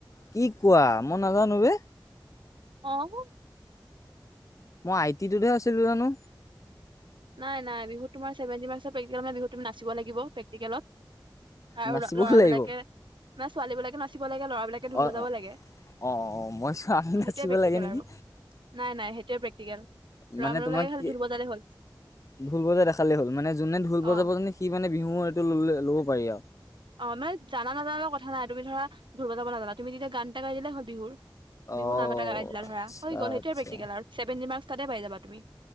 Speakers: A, on the left; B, on the right.
A: কি কোৱা মই নাজানো বে।
B: অ'।
A: মই আই টি টোতহে আছেল বুলি জানো
B: নাই নাই বিহু তোমাৰ চেভেন্টি মাৰ্কৰ প্ৰেক্টিকেল মানে বিহু তুমি নাচিবা লাগিব প্ৰেকটিকেলত আৰু
A: নাচিবও
B: লৰাবিলাকে
A: লাগিব
B: মানে ছোৱালী বিলাকে নাচিব লাগে লৰা বিলাকে ঢোল
A: অ
B: বজাব লাগে।
A: অ অ মই <unintelligible> আমি নাচিব
B: সেইটোৱে প্ৰেক্টিকেল
A: লাগে নেকি?
B: আৰু নাই নাই সেইটোৱে প্ৰেক্টিকেল ল'ৰা
A: মানে
B: মানুহ
A: তোমাক
B: বিলাকে খালি
A: কি?
B: ঢোল বজালে হ'ল
A: ঢোল বজাই দেখালেই হ'ল মানে যোনে ঢোল বজাব
B: অ
A: জানে সি মানে বিহু এইটো ললে ল'ব পাৰি আৰু।
B: অ' মানে জান নাজানা লগত কথা নাই তুমি ধৰা ঢোল বজাব নাজানা তুমি তেতিয়া গান এটা গাই দিলে হ'ল বিহুৰ।
A: অ
B: বিহুৰ নাম এটা গাই দিলা
A: আচ্ছা
B: ধৰা হৈ গ'ল
A: আচ্ছা
B: সেইটোয়ে প্ৰেক্টিকেল আৰু। চেভেনটি মাৰ্কচ তাতে পাই যাবা তোমি।